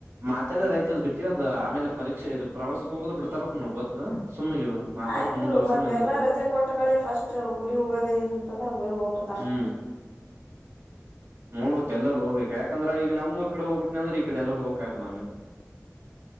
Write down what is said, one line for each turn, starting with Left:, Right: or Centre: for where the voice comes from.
Right: ಮಾತಾಡರ. ್ ಬಿಟ್ಟ ಅ್ ಆಮೇಲೆ ಪರೀಕ್ಷ ಇದು ಪ್ರವಾಸಕ್ಕೆ ಹೋಗೋ್ ಬಿಡ್ತಾರತ್ ನಗ್ ಗೊತ್ತು ಸುಮ್ಮ್ ಇವು ಮಾತಾಡಕ್
Left: ಆಯ್ತು
Right: ಮುಂದ್ವರ್ಸಮಗೈತ
Left: ಮತ್ತೆಲ್ಲಾ ರಜೆ ಕೊಟ್ಟಗಳೇ ಫಸ್ಟ್ ಊರಿ ಹೋಗೋದೇ ಇರ್ತದ ಊರಿಗ್ ಹೋಗ್ಬಿಡ್ತಾರ
Right: ಹ್ಮ್ ನೋಡ್ಬೇಕಕ್ ಎಲ್ಲಾರ ಹೋಗ್ಬೇಕಕ್ ಯಾಕಂದ್ರ ಈಗ ನಮ್ಮೂಊರ್ ಕಡೆ ಹೋಗ್ಬಿಟ್ಟನ ಅಂದ್ರೆ ಈ ಕಡೆ ಎಲ್ಲ ಹೋಗಕ್ ಆಗಲ್ಲ ಆಮೇಲೆ